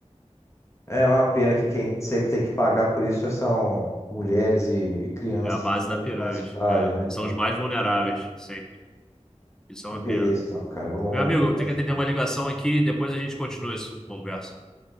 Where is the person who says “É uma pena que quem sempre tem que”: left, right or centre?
Left